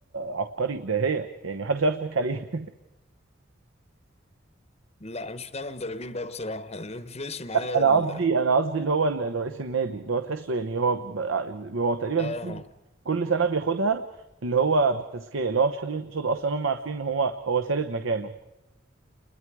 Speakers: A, on the right; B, on the left.
A: عبقري ده هي يعني محدش عارف يضحك عليه <laughs>
B: لا مش بتاع مدربين بقى بصراحه ريفريش معايا
A: انا
B: ال-
A: قصدي انا قصدي اللي هو ال- رئيس النادي اللي هو تحسه يعني هو ب... هو تقريبا
B: اه
A: كل كل سنه بياخدها اللي هو بالتزكيه اللي هو مش حد بيمسك قصاده اصلا هم عارفين ان هو هو سارد مكانه